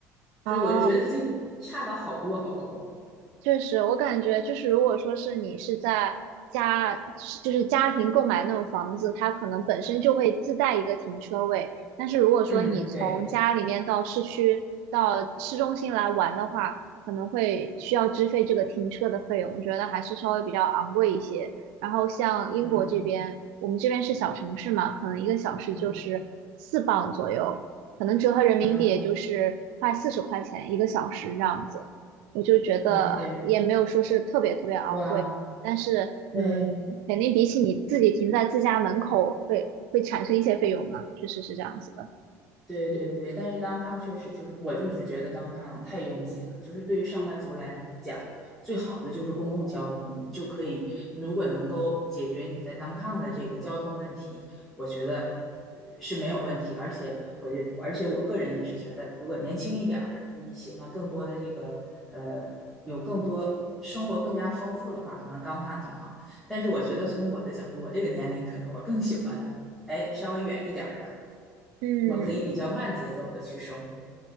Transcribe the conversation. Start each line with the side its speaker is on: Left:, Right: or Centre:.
Centre: 所以我就觉得它就差的好多好多。
Right: 啊。确实，我感觉就是，如果说是你是在家，就是就是家庭购买那种房子，它可能本身就会自带一个停车位。但是如果说你嗯从家里面到市区、
Centre: 嗯，对。
Right: 到市中心来玩的话，可能会需要支费这个停车的费用，我觉得还是稍微比较昂贵一些。然后像英国这边，
Centre: 嗯。
Right: 我们这边是小城市嘛，可能一个小时就是四磅左右，
Centre: 嗯
Right: 可能折合人民币也就是快四十块钱一个小时这样子。
Centre: 啊
Right: 我就觉得也没有说是特别特别昂贵，
Centre: ，OK，哇，
Right: 但是嗯，
Centre: 对，
Right: 肯定比起你自己停在自家门口会会产生一些费用嘛，确实是这样子的。
Centre: 对对对，但是当趟确实就是，我就只觉得当趟太拥挤了。就是对于上班族来讲，最好的就是公共交通，就可以如果能够解决你在当趟的这个交通问题，我觉得呃是没有问题。而且我觉，而且我个人也是觉得，如果年轻一点儿，你喜欢更多的这个呃，有更多生活更加丰富的话，可能当趟挺好。但是我觉得从我的角度，我这个年龄，可能我更喜欢哎稍微远一点儿的。
Right: 嗯，
Centre: 我可以比较慢节奏的去生活。